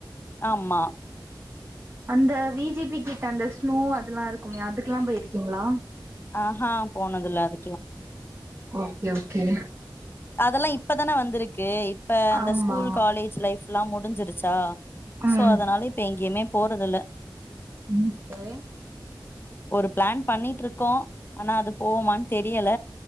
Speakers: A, on the left (about 30°); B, on the right (about 35°).
A: ஆமா
B: அந்த விஜிபி கிட் அந்த ஸ்னோ அதெல்லாம் இருக்குமே அதுக்கெல்லாம் போயிருக்கீங்களா
A: ஹா ஹ போனது இல்ல அது
B: ஓக்கே ஓக்கே
A: அதெல்லாம் இப் இப்பதான வந்திருக்கு இப்ப அந்த
B: ஆமா
A: ஸ்கூல் காலேஜ் லைஃப்ல்லாம் மோ முடிஞ்சிருச்சா
B: ம்
A: சோ அதனால இப்ப எங்கயுமே போறதுல
B: ஓகே
A: ஒரு பிளான் பண்ணிட்டு இருக் கோம் ஆனா அது போவுமான்னு தெரியல